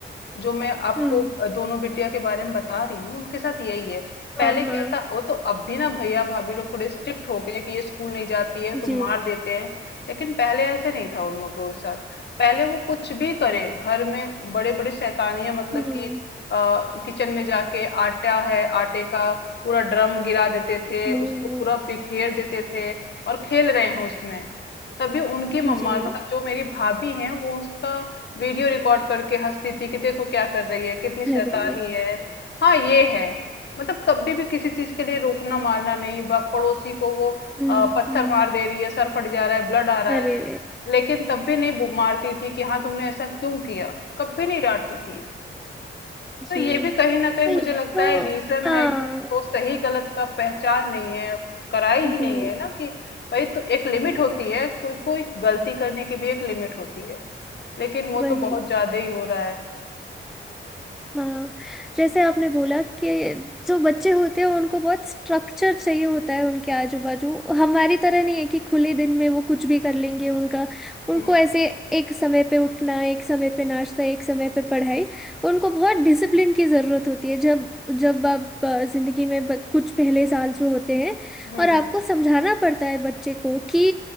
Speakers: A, on the left; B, in the centre.
A: जो मैं आपको
B: हम्म
A: अ, दोनों बिटिया के बारे में बता रही हूँ उनके साथ यही है पहले
B: हाँ
A: क्या
B: हाँ
A: था वो तो अब भी ना भैया भाभी लोग थोड़े स्ट्रिक्ट हो गए कि ये स्कूल नहीं जाती है तो
B: जी
A: मार देते हैं लेकिन पहले ऐसे नहीं था उन लोगों के साथ पहले वो कुछ भी करे घर में बड़े बड़े शैतानियां मतलब
B: हम्म
A: कि अ, किचन में जाके आटा है आटे का पूरा ड्रम गिरा देते थे
B: वो
A: उसको पूरा बिखेर देते थे और खेल रहे हैं उसमें तभी उनकी मम्मा
B: जी
A: मतलब जो मेरी भाभी हैं वो उसका वीडियो रिकॉर्ड करके हंसती थी कि देखो क्या कर रही है कितनी शैतानी
B: अरे
A: है हाँ ये है मतलब कभी भी किसी चीज के लिए रोकना मारना नहीं बाप पड़ोसी को वो
B: हम्म
A: अ, पत्थर
B: हम्म
A: मार दे रही है सर फट जा रहा है ब्लड आ रहा
B: अरे
A: है लेकिन तब भी नहीं बो- मारती थी कि हाँ तुमने ऐसा क्यों किया कभी नहीं डांटती थी तो
B: जी
A: ये भी कहीं ना कहीं
B: तो
A: मुझे
B: ये
A: लगता
B: तो
A: है रीजन
B: हाँ
A: है कि उसको सही गलत का पहचान नहीं है कराई ही
B: जी
A: नहीं है ना कि भाई तो एक लिमिट
B: जी
A: होती है कोई कोई गलती करने की भी एक लिमिट होती है लेकिन वो
B: वही
A: तो बहुत ज्यादा ही हो रहा है
B: हाँ जैसे आपने बोला कि जो बच्चे होते हैं उनको बहुत स्ट्रक्चर चाहिए होता है उनके आजू बाजू हमारी तरह नहीं है कि खुले दिन में वो कुछ भी कर लेंगे उनका उनको
A: हम्म
B: ऐसे एक समय पे उठना एक समय पे नाश्ता एक समय पे पढ़ाई उनको बहुत डिसिप्लिन की ज़रूरत होती है जब जब आप अ, ज़िंदगी में बत- कुछ पहले साल जो होते हैं
A: हम्म
B: और आपको समझाना पड़ता है बच्चे को कि